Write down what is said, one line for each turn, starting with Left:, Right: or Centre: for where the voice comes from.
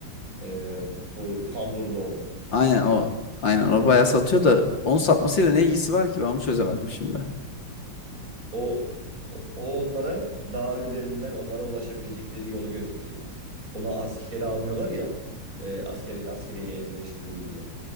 Right: E, bu kamburlu olan.
Left: Aynen o. Aynen o bayağı satıyor da onun satmasıyla ne ilgisi var ki ben onu çözemedim şimdi.
Right: O, o o onlara dağ üzerinden onlara ulaşabilecekleri yolu gösteriyor. Ona askeri almıyorlar ya. E, asker, askeriye elverişli değil diye.